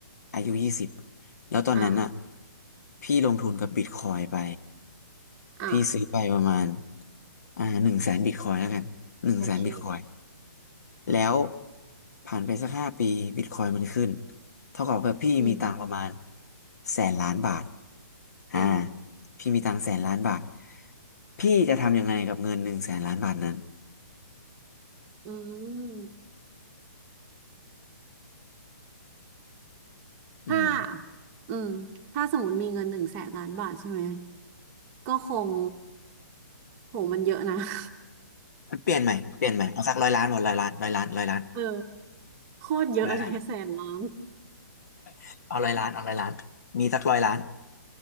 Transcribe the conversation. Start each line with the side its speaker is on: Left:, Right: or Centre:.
Left: อายุยี่สิบแล้วตอนนั้นอ่ะ
Right: อ่า
Left: พี่ลงทุนกับบิตคอยไป
Right: อ่า
Left: พี่ซื้อไปประมาณอ่าหนึ่งแสนบิตคอยแล้วกันหนึ่งแสนบิตคอย
Right: โอเค
Left: แล้วผ่านไปสักห้าปีบิตคอยมันขึ้นเท่ากับว่าพี่มีตังค์ประมาณ
Right: อืม
Left: แสนล้านบาทอ่า
Right: อืม
Left: พี่มีตังค์แสนล้านบาทพี่จะทำยังไงกับเงินหนึ่งแสนล้านบาทนั้น
Right: อืมถ้า
Left: อืม
Right: อืมถ้าสมมติมีเงินหนึ่งแสนล้านบาทใช่ไหม ก็คงโหมันเยอะนะ <laughs>
Left: เปลี่ยนใหม่เปลี่ยนใหม่เอาสักร้อยล้านหมดร้อยล้านร้อยล้านร้อยล้าน
Right: เออโคตรเยอะเลยแสนล้าน
Left: หลาน <laughs> เอาร้อยล้านเอาร้อยล้านมีสักร้อยล้าน